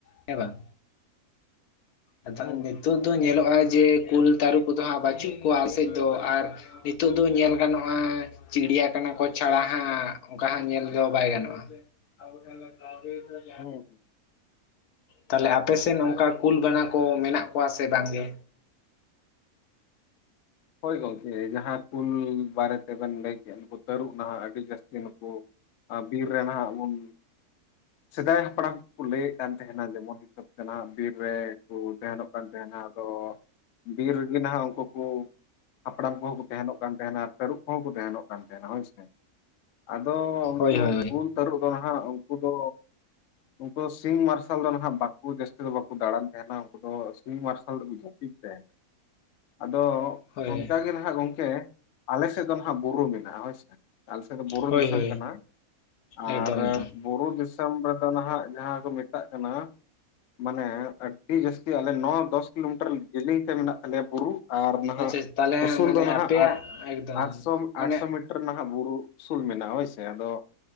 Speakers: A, on the left; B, on the left.
A: ᱦᱮᱸ ᱵᱟᱝ᱾ ᱟᱫᱚ
B: ᱦᱩᱸ
A: ᱱᱤᱛᱳᱜ ᱫᱚ ᱧᱮᱞᱚᱜ-ᱟ ᱡᱮ ᱠᱩᱞ ᱛᱟᱹᱨᱩᱵ ᱠᱚᱫᱚ ᱦᱟᱸᱜ ᱵᱟᱹᱪᱩᱜ ᱠᱚᱣᱟ ᱥᱮᱫ ᱫᱚ᱾ ᱟᱨᱼᱼ ᱱᱤᱛᱚᱜ ᱫᱚ ᱧᱮᱞ ᱜᱟᱱᱚᱜ-ᱟ, ᱪᱤᱲᱤᱭᱟ-ᱠᱷᱟᱱᱟ ᱠᱚ ᱪᱷᱟᱲᱟ ᱦᱟᱸᱜ ᱚᱱᱠᱟ ᱦᱟᱸᱜ ᱧᱮᱞ ᱫᱚ ᱵᱟᱭ ᱜᱟᱱᱚᱜ-ᱟ᱾ <unintelligible>
B: ᱦᱩᱸ
A: ᱛᱟᱞᱦᱮ ᱟᱯᱮ ᱥᱮᱫ ᱚᱱᱠᱟ ᱠᱩᱞ ᱵᱟᱱᱟ ᱠᱚ ᱢᱮᱱᱟᱜ ᱠᱚᱣᱟ ᱥᱮ ᱵᱟᱝ ᱜᱮ?
B: ᱦᱳᱭ ᱜᱚᱝᱠᱮ ᱡᱟᱦᱟᱸ ᱠᱩᱞ ᱵᱟᱨᱮ ᱛᱮᱵᱮᱱ ᱞᱟᱹᱭ ᱠᱮᱜ-ᱟ ᱱᱩᱠᱩ ᱛᱟᱹᱨᱩᱵᱽ ᱱᱷᱟᱜ ᱟᱹᱰᱤ ᱡᱟᱹᱥᱛᱤ ᱱᱩᱠᱩᱼᱼ ᱟᱸ ᱵᱤᱨ ᱨᱮ ᱱᱷᱟᱜ ᱵᱚᱱᱼᱼ ᱥᱮᱫᱟᱭ ᱦᱟᱯᱲᱟᱢ ᱠᱚᱠᱚ ᱞᱟᱹᱭᱮᱫ ᱠᱟᱱ ᱛᱟᱦᱮᱸᱱᱟ ᱡᱮᱢᱚᱱ ᱦᱤᱥᱟᱹᱵ ᱛᱮ ᱵᱤᱨ ᱨᱮᱠᱚ ᱛᱟᱦᱮᱸᱱᱚᱜ ᱠᱟᱱ ᱛᱟᱦᱮᱸᱱᱟ ᱟᱫᱚᱼᱼ ᱵᱤᱨ ᱨᱮᱜᱮ ᱱᱷᱟᱜ ᱩᱱᱠᱩ ᱠᱚᱼᱼ ᱦᱟᱯᱲᱟᱢ ᱠᱚᱦᱚᱸ ᱠᱚ ᱛᱟᱦᱮᱸᱱᱚᱜ ᱠᱟᱱ ᱛᱟᱦᱮᱸᱱᱟ, ᱟᱨ ᱛᱟᱹᱨᱩᱵ ᱠᱚᱦᱚᱸ ᱠᱚ ᱛᱟᱦᱮᱸᱱᱚᱜ, ᱠᱟᱱ ᱛᱟᱦᱮᱸᱱᱟ, ᱦᱳᱭᱥᱮᱼᱼ ᱟᱫᱚ ᱩᱱᱠᱩ
A: ᱦᱳᱭ ᱦᱳᱭ
B: ᱠᱩᱞ ᱛᱟᱹᱨᱩᱵ ᱫᱚ ᱦᱟᱸᱜ ᱩᱱᱠᱩ ᱫᱚᱼᱼ ᱩᱱᱠᱩ ᱫᱚ ᱥᱤᱧ ᱢᱟᱨᱥᱟᱞ ᱫᱚᱱᱷᱟᱜ ᱵᱟᱠᱼᱼ ᱩᱱᱠᱩ ᱡᱟᱹᱥᱛᱤ ᱫᱚ ᱵᱟᱠᱚ ᱫᱟᱲᱟᱱ ᱛᱟᱦᱮᱸᱱᱟ ᱩᱱᱠᱩ ᱫᱚ ᱥᱤᱧ ᱢᱟᱨᱥᱟᱞ ᱨᱮᱠᱚ ᱡᱟᱹᱯᱤᱫ ᱛᱟᱦᱮᱸᱱᱟ᱾ ᱟᱫᱚ
A: ᱦᱳᱭ
B: ᱚᱱᱠᱟ ᱜᱮ ᱦᱟᱸᱜ ᱜᱚᱝᱠᱮ ᱟᱞᱮ ᱥᱮᱫ ᱫᱚ ᱦᱟᱸᱜ ᱵᱩᱨᱩ ᱢᱮᱱᱟᱜᱼᱟ᱾ ᱦᱳᱭ ᱥᱮ ᱟᱞᱮ ᱥᱮᱫ ᱫᱚ ᱵᱩᱨᱩ
A: ᱦᱳᱭ
B: ᱫᱤᱥᱚᱢ
A: ᱦᱳᱭ
B: ᱠᱟᱱᱟ ᱟᱨ᱾
A: ᱮᱠᱫᱚᱢ ᱮᱠᱫᱚᱢ
B: ᱵᱩᱨᱩ ᱫᱤᱥᱚᱢ ᱨᱮᱫᱚ ᱱᱷᱟᱜ ᱡᱟᱦᱟᱸ ᱠᱚ ᱢᱮᱛᱟᱜ ᱠᱟᱱᱟ᱾ ᱢᱟᱱᱮ ᱟᱹᱰᱤ ᱡᱟᱹᱥᱛᱤ ᱟᱞᱮ ᱱᱚ ᱫᱚᱥ ᱠᱤᱞᱳᱢᱤᱴᱟᱨ ᱡᱮᱞᱮᱧ ᱛᱮ ᱢᱮᱱᱟᱜ ᱛᱟᱞᱮᱭᱟ ᱵᱩᱨᱩ᱾ ᱟᱨ ᱱᱟᱦᱟᱜ
A: ᱟᱪᱪᱷᱟ ᱛᱟᱦᱚᱞᱮ ᱦᱟᱸᱜ
B: ᱩᱥᱩᱞ
A: ᱢᱟᱱᱮ
B: ᱫᱚ ᱱᱷᱟᱜ
A: ᱟᱯᱮᱭᱟᱜ ᱮᱠᱫᱚᱢ
B: ᱟᱴᱥᱚ
A: ᱢᱟᱱᱮ
B: ᱟᱴᱥᱚ ᱢᱤᱴᱟᱨ ᱨᱮ ᱱᱷᱟᱜ ᱵᱩᱨᱩ ᱩᱥᱩᱞ ᱢᱮᱱᱟᱜᱼᱟ ᱦᱳᱭᱥᱮ ᱟᱫᱚ